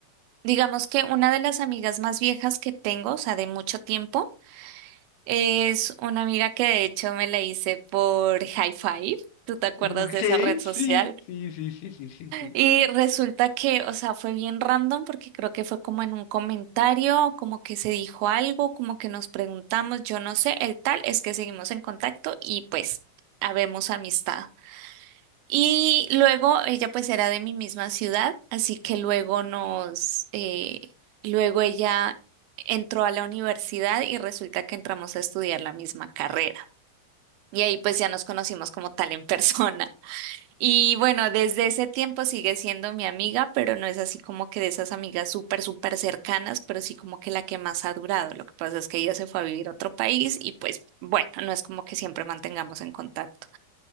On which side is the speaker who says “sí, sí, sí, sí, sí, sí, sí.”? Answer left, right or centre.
Left